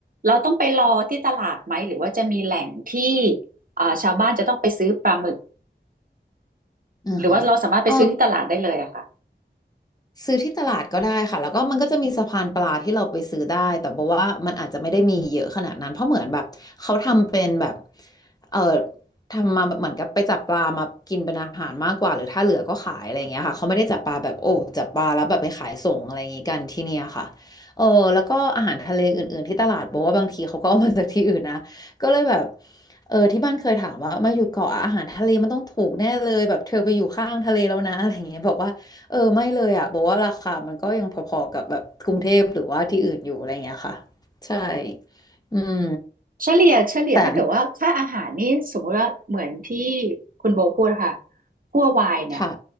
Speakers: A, on the right; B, on the left.
A: เราต้องไปรอที่ตลาดไหมหรือว่าจะมีแหล่งที่อ่าชาวบ้านจะต้องไปซื้อปลาหมึก
B: อือฮะเออ
A: หรือว่าเราสามารถไปซื้อที่ตลาดได้เลยอะค่ะ
B: ซื้อที่ตลาดก็ได้ค่ะแล้วก็มันก็จะมีสะพานปลาที่เราไปซื้อได้แต่บอกว่ามันอาจจะไม่ได้มีเยอะขนาดนั้นเพราะเหมือนแบบเขาทำเป็นแบบเออทำมาแบบเหมือนกับไปจับปลามากินเป็นอาหารมากกว่าหรือถ้าเหลือก็ขายอะไรอย่างเงี้ยค่ะเขาไม่ได้จับปลาแบบโอ้จับปลาแล้วแบบไปขายส่งอะไรอย่างงี้กันที่เนี่ยค่ะเออแล้วก็อาหารทะเลอื่นๆที่ตลาดบอกว่าบางทีเขาก็เอามาจากที่อื่นนะก็เลยแบบเออที่บ้านเคยถามว่ามาอยู่เกาะอาหารทะเลมันต้องถูกแน่เลยแบบเธอไปอยู่ข้างทะเลแล้วนะอะไรอย่างเงี้ยบอกว่า เออไม่เลยอ่ะบอกว่าราคามันก็ยังพอๆกับแบบกรุงเทพหรือว่าที่อื่นอยู่อะไรเงี้ยค่ะใช่อืม
A: เฉลี่ยเฉลี่ยถ้าเกิดว่าค่าอาหารนี่สมมุติว่าเหมือนที่
B: แต่
A: คุณโบพูดค่ะคั่ววายเนี่ย
B: ค่ะ